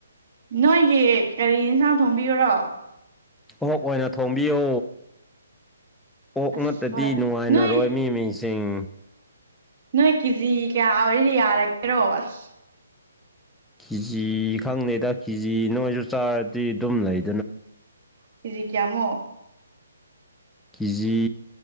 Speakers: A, on the right; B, in the centre.
A: ꯅꯣꯏꯒꯤ ꯀꯔꯤ ꯏꯟꯁꯥꯡ ꯊꯣꯡꯕꯤꯎꯔꯣ
B: ꯑꯣꯛ ꯑꯣꯏꯅ ꯊꯣꯝꯕꯤꯌꯣ ꯑꯣꯛ
A: ꯑꯁ
B: ꯅꯠꯇꯗꯤ
A: ꯍꯣꯏ
B: ꯅꯨꯡꯉꯥꯏꯅꯔꯣꯏ
A: ꯅꯣꯏ
B: ꯃꯤ ꯃꯤꯁꯦ ꯆꯤꯡ
A: ꯅꯣꯏ ꯀꯦꯖꯤ ꯀꯌꯥ ꯑꯣꯏꯔꯗꯤ ꯌꯥꯔꯒꯦꯔꯣ ꯑꯥꯁ
B: ꯀꯤꯖꯤ ꯈꯪꯗꯦꯗ ꯀꯤꯖꯤ ꯅꯣꯏꯖꯨ ꯆꯥꯔꯗꯤ ꯑꯗꯨꯝ ꯂꯩ
A: ꯀꯦꯖꯤ ꯀꯌꯥꯃꯨꯛ
B: ꯀꯦꯖꯤ